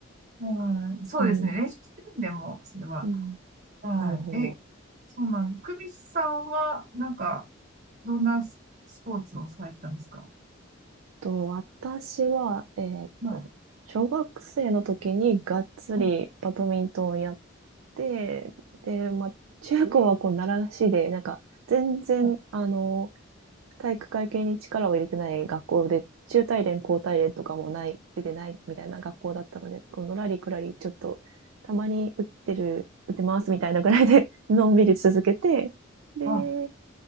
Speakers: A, on the right; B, on the right.
A: はい。そうですね。
B: うん、
A: 練習してるんで、もう、それは。
B: うん、
A: はい。
B: なるほど。
A: え、そうなんです。久美さんは、なんか、どんなススポーツをされてたんですか
B: と、私は、えーっと、
A: はい。
B: 小学生の時にがっつりバドミントンをやっ
A: はい。
B: て、で、まあ、中高はこう、習志で、なんか、全然、
A: はい。
B: あの、体育会系に力を入れてない学校で、中体連、高体連とかもない、出てないみたいな学校だったので、こうのらりくらり、ちょっと、たまに打ってる、打ってますみたいなぐらいで、のんびり続けて、で、
A: あ、は